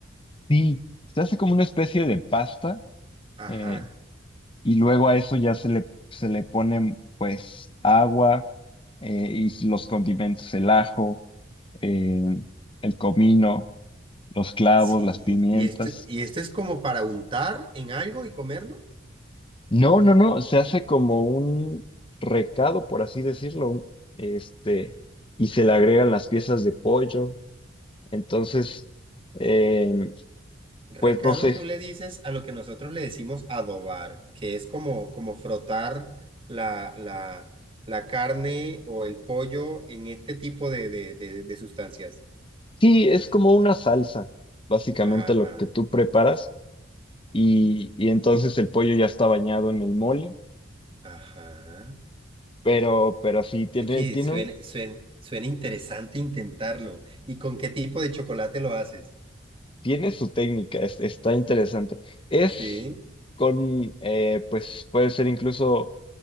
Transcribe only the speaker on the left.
Sí, se hace como una especie de pasta eh,
y luego a eso ya se le, se le pone pues agua eh, y los condimentos, el ajo, eh, el comino, los clavos,
las pimientas.
No, no, no, se hace como un recado, por así decirlo, un- este, y se le agregan las piezas de pollo. Entonces, eh,
pues no sé,
Sí, es como una salsa, básicamente
lo que tú preparas y, y entonces el pollo ya está bañado en el mole,
pero, pero sí, tiene,
tiene
un-
tiene su técnica, es- está interesante. Es
con, eh, pues puede ser incluso